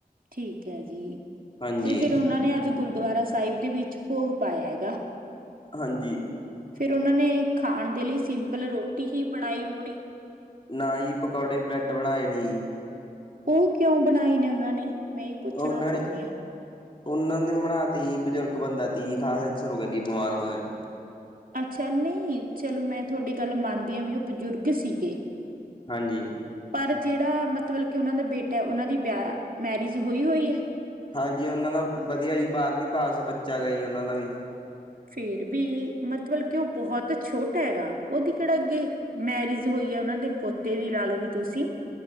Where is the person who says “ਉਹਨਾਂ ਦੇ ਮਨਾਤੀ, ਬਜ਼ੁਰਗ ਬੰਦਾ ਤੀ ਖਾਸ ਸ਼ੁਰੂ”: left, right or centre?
Left